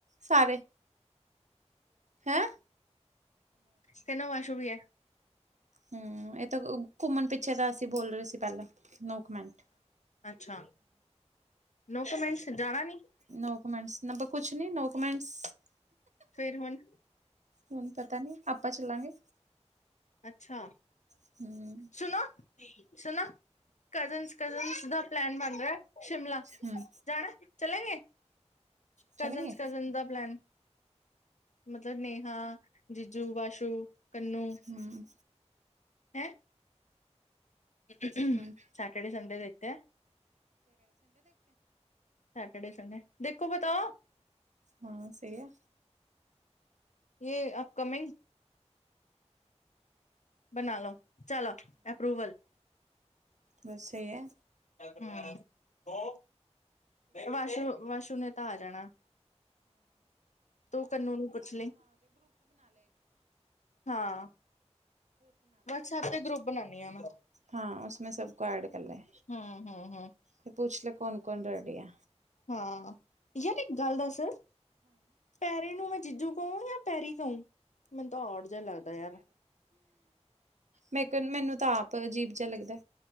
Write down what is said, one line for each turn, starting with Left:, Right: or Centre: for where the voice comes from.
Right: ਸਾਰੇ ਹੈਂ <unintelligible>
Left: ਕਹਿੰਦਾ ਵਾਸ਼ੂ ਵੀ ਹੈ
Right: ਹਮ ਇਹ ਤਾਂ ਘੁੰਮਨ ਪਿੱਛੇ ਤਾਂ ਅਸੀਂ ਬੋਲ ਰਹੇ ਸੀ ਪਹਿਲਾਂ ਨੋ ਕਮੈੰਟ
Left: ਅੱਛਾ ਨੋਕੂਮੈਂਟਸ ਜਾਣਾ ਨੀ
Right: ਨੋ ਕਮੈਂਟਸ ਕੁਛ ਨੀ ਨੋਕੂਮੈਂਟਸ
Left: ਫੇਰ ਹੁਨ।
Right: ਹੁਣ ਪਤਾ ਨੀ ਆਪਾਂ ਚੱਲਾਂਗੇ।
Left: ਅੱਛਾ।
Right: <unintelligible>
Left: ਸੁਨੋ ਸੁਨੋ ਕਜ਼ਨਸ ਕਜ਼ਨਸ ਦਾ ਪਲੈਨ ਬਨ ਰਿਹਾ ਸ਼ਿਮਲਾ
Right: ਹੂੰ
Left: ਜਾਣਾ ਚਲੇ ਗਗੇ
Right: ਚਲੇਂਗੇ
Left: ਕਜ਼ਨਸ ਕਜ਼ਨ ਦਾ ਪਲੈਨ ਮਤਲਬ ਨੇਹਾ ਜੀਜੂ ਵਾਸ਼ੂ ਕਨੂੰ
Right: ਹੂੰ
Left: ਹੈਂ <unintelligible>
Right: ਹੂੰ
Left: ਸੈਟਟਰਡੇ ਸੰਡੇ ਦੇਖਤੇ ਸੈਟਰਡੇ ਸੰਡੇ ਦੇਖੋ ਬਤਾ
Right: ਹਾਂ ਸਹੀ ਐ
Left: ਯਹ ਅਪਕਮਿੰਗ ਬਨਾ ਲੋ ਚਲੋ ਅਪਰੂਵਲ
Right: ਬਸ ਸਹੀ ਐ
Left: ਹਮ ਵਾਸ਼ੂ ਵਾਸ਼ੂ ਨੇ ਤਾ ਆ ਜਾਣਾ ਤੂੰ ਕੰਨੂੰ ਨੂੰ ਪੁੱਛ ਲੀ ਹਾਂ ਵਟਸਐਪ ਤੇ ਗਰੁੱਪ ਬਨਾਨੀ ਆ ਮੈਂ।
Right: ਹਾਂ ਉਸਮੇ ਸਭ ਕੋ ਐਡ ਕਰ ਲੇ।
Left: ਹਮ ਹਮ ਹਮ।
Right: ਤੇ ਪੁੱਛਲੇ ਕੋੌਨ ਕੌਨ ਰੈਡੀ ਐ।
Left: ਹਾਂ ਯਾਰ ਇਕ ਗੱਲ ਦਾਸ ਪੈਰੇ ਨੂੰ ਮੈਂ ਜੀਜੂ ਕਹੂੰ ਜਾਂ ਪੈਰੀ ਕਹੂੰ ਮੈਨੂੰ ਤਾਂ ਔਰ ਜਿਹਾ ਲੱਗਦਾ ਯਾਰ
Right: ਮੈਂ ਮੈਨੂੰ ਤਾਂ ਆਪ ਅਜੀਬ ਜਿਹਾ ਲੱਗਦਾ